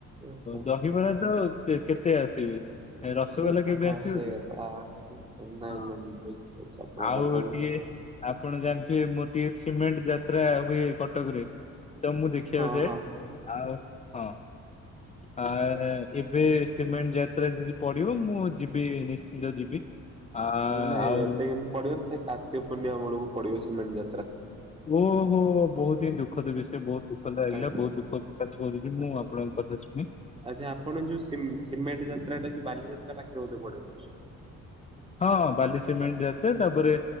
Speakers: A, on the right (about 20°); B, on the left (about 25°).
A: ଆଚ୍ଛା।
B: ଦହିବରା ତ କେତେ ଆସିବେ। ରସଗୋଲା
A: ସେ
B: କେବେ
A: ହଁ
B: ଆସିବକି?
A: ସେଇ କଥା ନାଇଁ ନାଇଁ
B: ହଁ
A: ମୁଁ ବୁଝିପାରୁଛି ଆପଣଙ୍କ
B: ଆଉ
A: କଥାକୁ
B: ଟିକେ ଆପଣ ଜାଣିଥିବେ ମୋର ଟିକେ ସିମେଣ୍ଟ ଯାତ୍ରା ହୁଏ କଟକରେ। ତ ମୁଁ ଦେଖିବାକୁ
A: ହଁ
B: ଯାଏ।
A: ହଁ।
B: ଆଉ ହଁ। ଆ ଏବେ ସିମେଣ୍ଟ ଯାତ୍ରା ଯଦି ପଡିବ। ମୁଁ ଯିବି ନିଶ୍ଚିନ୍ତ ଯିବି। ଆ
A: ନାଇଁ
B: ଆଉ
A: ଏବେ କିନ୍ତୁ ପଡିବନି। ସେ କାର୍ତ୍ତିକ ପୂର୍ଣ୍ଣିମା ବେଳକୁ ପଡିବ ସିମେଣ୍ଟ ଯାତ୍ରା।
B: ଓହୋ ବହୁତ ହିଁ ଦୁଃଖଦ ବିଷୟ। ବହୁତ ଦୁଃଖ ଲାଗିଲା।
A: ଆଜ୍ଞା
B: ବହୁତ ଦୁଃଖ କରୁଛି
A: ଆଚ୍ଛା।
B: ମୁଁ ଆପଣଙ୍କ କଥା ଶୁଣିି
A: ଆଚ୍ଛା ଆପଣ ଯୋଉ ସିମ୍ ସିମେଣ୍ଟ ଯାତ୍ରା ଟା ଯୋଉ ବାଲିଯାତ୍ରା ପାଖରେ ବୋଧେ ପଡେ।
B: ହଁ ବାଲି ସିମେଣ୍ଟ ଯାତେ। ତାପରେ